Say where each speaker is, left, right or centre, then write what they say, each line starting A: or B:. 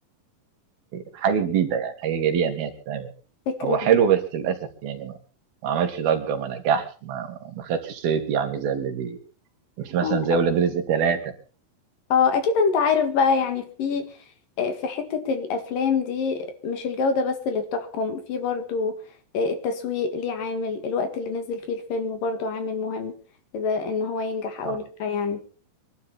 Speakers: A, on the right; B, on the left.
A: حاجه جديده يعني حاجه جريئه ان هي تتعمل
B: فكرة
A: هو حلو بس للاسف يعني ما, ما عملش ضجه ما نجحش ما, ما خدش صيت يعني زي اللي بي- مش مثلا
B: جديدة
A: زي ولاد رزق ثلاثة
B: اه اكيد انت عارف بقى يعني في آه، في حتة الافلام دي مش الجودة بس اللي بتحكم في برضو آه، التسويق ليه عامل الوقت اللي نزل فيه الفيلم برضو عامل مهم اذا ان هو ينجح او
A: اه
B: لا يعني